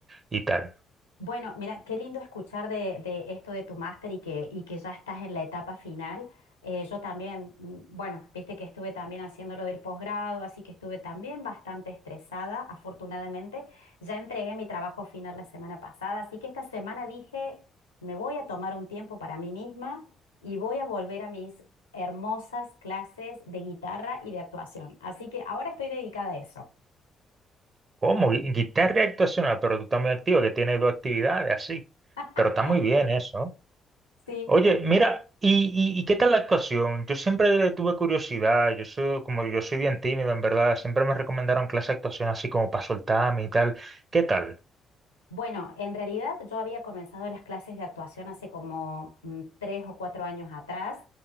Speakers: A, on the right; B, on the left.
A: y tal.
B: Bueno, mira, qué lindo escuchar de, de esto de tu máster y que, y que ya estás en la etapa final. Eh, yo también, mm, bueno, viste que estuve también haciendo lo del posgrado, así que estuve también bastante estresada. Afortunadamente, ya entregué mi trabajo final la semana pasada, así que esta semana dije, me voy a tomar un tiempo para mí misma y voy a volver a mis hermosas clases de guitarra y de actuación. Así que ahora estoy dedicada a eso.
A: ¿Cómo? Gui- Guitarra actuacional, pero tú estás muy activo, que tienes dos actividades así.
B: <laughs>
A: Pero está muy bien eso.
B: Sí,
A: Oye, mira, ¿y, y, y qué tal la actuación? Yo siempre le tuve curiosidad, yo soy, como yo soy bien tímido, en verdad, siempre me recomendaron clase de actuación así como para soltarme y tal. ¿Qué tal?
B: Bueno, en realidad yo había comenzado las clases de actuación hace como mm, tres o cuatro años atrás.